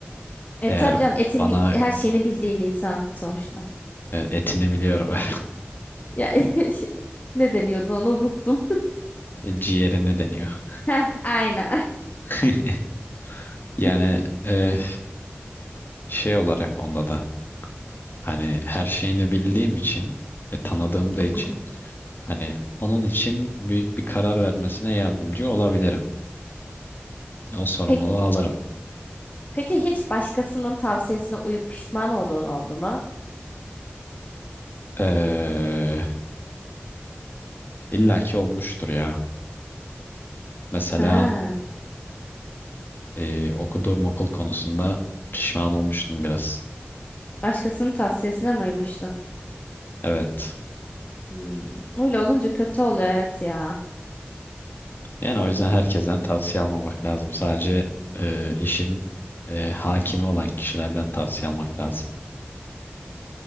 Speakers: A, on the left (about 40°); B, on the left (about 55°).
A: E
B: Eğer
A: tabii canım etini
B: bana
A: her şeyini bildiğin insan sonuçta.
B: e, etini biliyorum. <laughs>
A: Ya <laughs> şey, ne deniyordu onu unuttum.
B: E, Ciğerini deniyor.
A: Heh, aynen.
B: <laughs> Yani
A: <laughs>
B: e, şey olarak onda da hani her şeyini bildiğim için e, tanıdığım da için
A: Hı.
B: hani onun için büyük bir karar vermesine yardımcı olabilirim. Yani o sorumluluğu
A: Pek,
B: alırım.
A: peki hiç başkasının tavsiyesine uyup pişman olduğun oldu mu?
B: Eee illa ki olmuştur ya. Mesela
A: Ha,
B: e, okuduğum okul konusunda pişman olmuştum biraz.
A: başkasının tavsiyesine mi uymuştun?
B: Evet.
A: Hmm, öyle olunca kötü oluyor evet ya.
B: Yani o yüzden herkesten tavsiye almamak lazım. Sadece e, işin e, hakimi olan kişilerden tavsiye almak lazım.